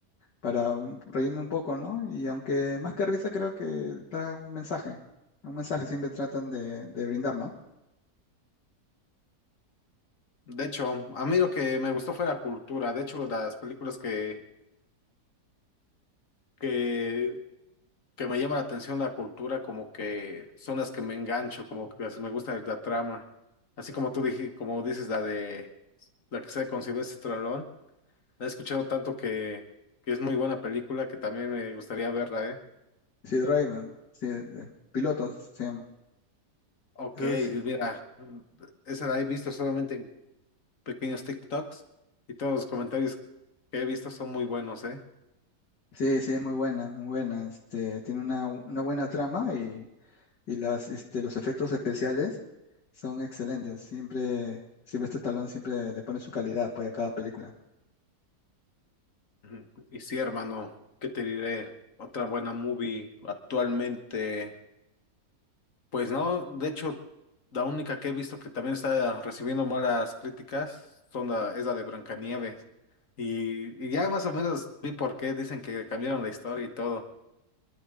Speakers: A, on the left; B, on the left.
A: para mm, reírme un poco, ¿no? Y aunque más que risa creo que da un mensaje, un mensaje siempre tratan de, de brindar, ¿no?
B: De hecho, a mí lo que me gustó fue la cultura. De hecho, las películas que, que que me llama la atención la cultura, como que son las que me engancho, como que las- me gusta la trama. Así como tú dij- como dices, la de la que se con Sylvester Stallone, la he escuchado tanto que, que es muy buena película que también me gustaría verla, ¿eh?
A: Sí, Rayman, sí, de- pilotos se llama.
B: Ok,
A: Eso es-
B: mira, mm, esa la he visto solamente en pequeños TikToks y todos los comentarios que he visto son muy buenos, ¿eh?
A: sí, sí, es muy buena, muy buena. Este, tiene una, una buena trama y, y las, este, los efectos especiales son excelentes. Siempre, siempre este talón siempre le pone su calidad pues, a cada película.
B: Ujú. Y sí, hermano, ¿qué te diré? Otra buena movie actualmente. Pues no, de hecho, la única que he visto que también está recibiendo malas críticas son la, es la de Blancanieves. Y, y ya más o menos vi por qué dicen que cambiaron la historia y todo.